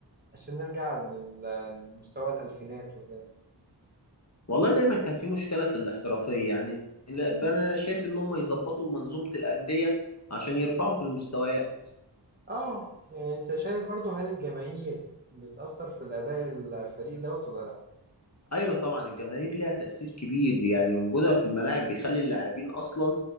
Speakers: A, on the right; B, on the left.
A: عشان نرجع لل- لمستوى الألفينات وكده
B: والله دايما كان في مشكلة في الاحترافية يعني أنا شايف إن هم يظبطوا منظومة الأندية عشان يرفعوا في المستويات
A: اه يعني أنت شايف برضو هل الجماهير بتأثر في الأداء الفريق دوت ولا لأ؟
B: أيوة طبعا الجماهير ليها تأثير كبير يعني وجودها في الملاعب بيخلي اللاعبين أصلا